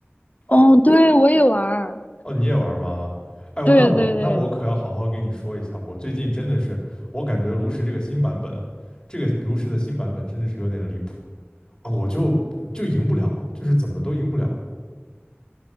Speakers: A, on the left; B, on the left.
A: 哦，对，我也玩儿，
B: 哦，你也玩吗？哎，我那我那我可要好好给你说一下，
A: 对对对。
B: 我最近真的是，我感觉炉石这个新版本啊，这个炉石的新版本真的是有点离谱啊，我就就赢不了，就是怎么都赢不了。